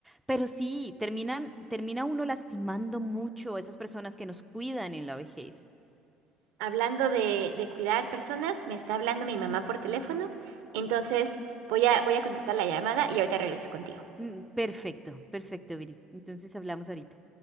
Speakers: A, in the centre; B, on the right.
A: Pero sí, terminan, termina uno lastimando mucho a esas personas que nos cuidan en la vejez.
B: Hablando de, de cuidar personas, me está hablando mi mamá por teléfono, entonces voy a, voy a contestar la llamada y ahorita regreso contigo.
A: Mm, perfecto, perfecto, Viri. Entonces hablamos ahorita.